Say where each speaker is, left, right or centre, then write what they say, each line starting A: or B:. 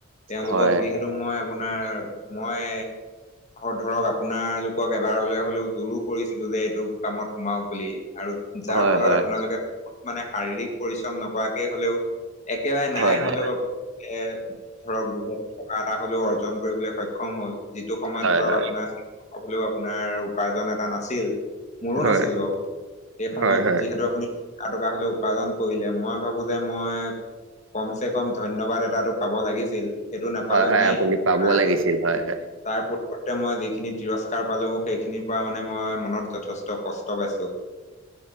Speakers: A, on the left; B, on the right.
A: তেওঁলোকক
B: হয়
A: যিহেতু মই আপোনাৰ, মই ধৰক আপোনাৰ লোকক এবাৰলৈ হ'লেও জোৰো কৰিছিলোঁ যে এইটো কামত সোমাওক বুলি আৰু যাৰ
B: হয়
A: ফলত
B: হয়
A: আপোনালোকে মানে শাৰীৰিক পৰিশ্ৰম নকৰাকে হ'লেও একেৰাই
B: হয়
A: নাই
B: হয়
A: হ'লেও এ ধৰক, দুহেজাৰ টকা এটা হ'লেও অৰ্জন কৰিবলৈ সক্ষম হ'ল। যিটো সময়ত
B: হয়
A: ধৰক,
B: হয়
A: আপোনাৰ <unintelligible> খাবলৈও আপোনাৰ উপাৰ্জন এটা নাছিল। মোৰো
B: হয়
A: নাছ ছিল বাৰু এই সময়ত,
B: হয় হয়
A: যিহেতু আপুনি এটকা হ'লেও উপাৰ্জন কৰিলে, মই ভাবো যে মই কম চে কম ধন্যবাদ এটাটো পাব লাগিছিল। সেইটো নাপালোঁ
B: হয় হয়
A: নায়ে
B: আপুনি পাব
A: আৰ
B: লাগিছিল হয় হয়
A: তাৰ পট-পটটে মই যিখিনি তিৰস্কাৰ পালোঁ, সেইখিনিৰ পৰা মানে মই মনত যথেষ্ট কষ্ট পাইছোঁ।